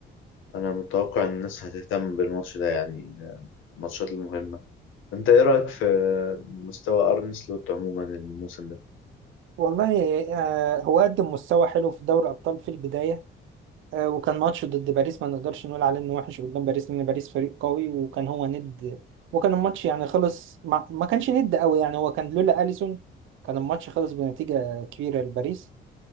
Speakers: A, on the left; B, on the right.
A: انا متوقع ان الناس هتهتم بالماتش ده يعني آه، الماتشات المهمة انت ايه رأيك في مستوى ارن سلوت عموما الموسم ده
B: والله آه هو قدم مستوى حلو في دوري الأبطال في البداية آه وكان ماتش ضد باريس ما نقدرش نقول عليه إنه وحش قدام باريس لأن باريس فريق قوي وكان هو ند وكان الماتش يعني خلص ما, ما كانش ند قوي يعني هو كان لولا أليسون كان الماتش خلص بنتيجة كبيرة لباريس